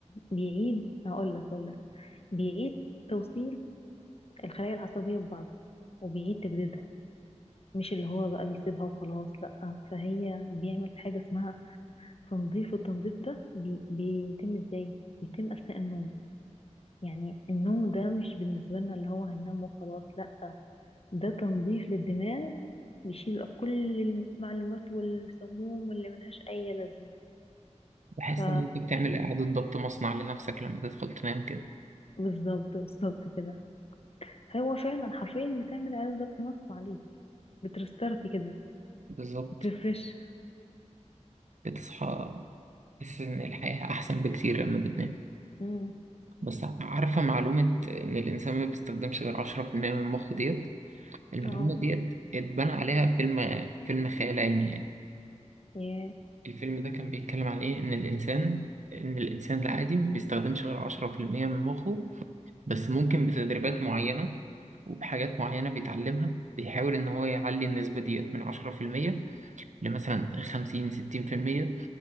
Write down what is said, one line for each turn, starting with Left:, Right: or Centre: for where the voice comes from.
Left: بيعيد هقول لك اقول لك بيعيد توصيل الخلايا العصبية ببعض وبيعيد تجديدها مش اللي هو بقى بيسيبها وخلاص لأ فهي بيعمل حاجة اسمها تنظيف والتنظيف ده بي بيتم ازاي؟ بيتم أثناء النوم يعني النوم ده مش بالنسبة لنا اللي هو هننام وخلاص لأ ده تنظيف للدماغ بيشيل بقى كل المعلومات والسموم واللي ملهاش أي لازمة
Right: بحس
Left: ف
Right: إن أنت بتعمل إعادة ضبط مصنع لنفسك لما تدخل تنام كده
Left: بالظبط بالظبط كده هو فعلا حرفيا بتعمل إعادة ضبط نفس عليك بترستارت كده
Right: بالظبط
Left: بترفرش
Right: بتصحى تحس إن الحياة أحسن بكتير لما بتنام
Left: امم
Right: بس عارفة معلومة إن الإنسان ما بيستخدمش غير 10% من مخه ديت المعلومة
Left: اه
Right: ديت اتبنى عليها فيلم فيلم خيال علمي يعني
Left: ياه
Right: الفيلم ده كان بيتكلم عن إيه إن الإنسان إن الإنسان العادي ما بيستخدمش غير 10% من مخه بس ممكن بتدريبات معينة وبحاجات معينة بيتعلمها بيحاول إن هو يعلي النسبة ديت من 10% لمثلا 50 60%